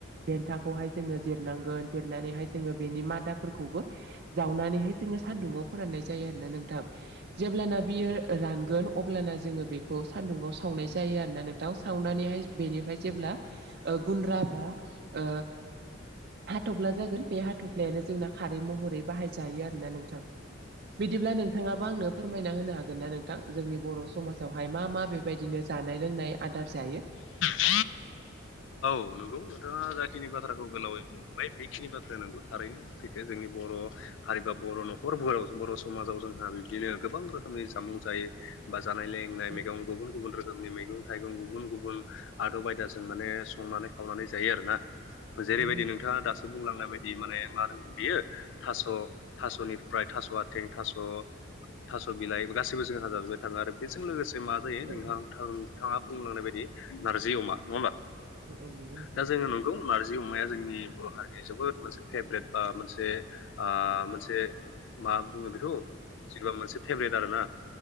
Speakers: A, on the right; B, on the left.
A: दन्थाखौहाय जोङो जिरनांगोन जिरनानैहाय जोङो बेनि मादाफोरखौबो जावनानैहाय जोङो सान्दुुङाव फोराननाय जायो आरोोना नोंथां जेब्लाना बियो रानगोन अब्लाना जोङो बेखौ सानदुुङाव सावनाय जायो आरोना नोंथां सावनानैहाय बेनिफ्राय जेब्ला गुन्द्रा बा ओ हाथफ्ला जागोन बे हाथफ्लायानो जोंना खारै महरै बाहायजायो आरो। ना नोंथां? बिदिब्ला नोंथाङाबो आंनो फोरमायना होनो हागोन ना नोंथां जोंनि बर' समाजावहाय मा मा बेबायदिनो जानाय लोंनाय आदार जायो।
B: <inaudible> औ नंगौ नोंथाङा जाखिनि बाथ्राखौ गोलावै बुंबोबाय बेखिनि बाथ्राया नोंगौ थारैनो सैथो जोंनि बर' हारि बा बर' न'खरफोराव बर' समाजाव जोंहा बिदिनो गोबां रोखोमनि जामुं जायो बा जानाय लोंनाय
A: औ
B: मैगं गुबुन गुबुन रोखोमनि मैगं थाइगं गुबुन गुबुन आदब आयदाजों माने संनानै खावनानै जायो आरोना। जेरैबायदि
A: नंगौ नोंथां
B: नोंथाङा दासो बुंलांनाय बायदि माने मा होनोमोन बेयो थास' थास'निफ्राय थास' आथिं थास' थास' बिलाइ गासैबो जों जाजोबबाय थाङो आरो बेजों लोगोसे मा जायो
A: औ
B: नोथां नोंथाङा बुंलांनाय बायदि नारजि अमा नङा होमबा?
A: औ औ नंगौ नोंथां
B: दा जोङो नंगौ नारजि अमाया जोंनि बर' हारिनि जोबोद मोनसे फेभ्रेट बा मोनसे मोनसे मा बुङो बेखौ जेन'बा मोनसे फेभरेट आरो ना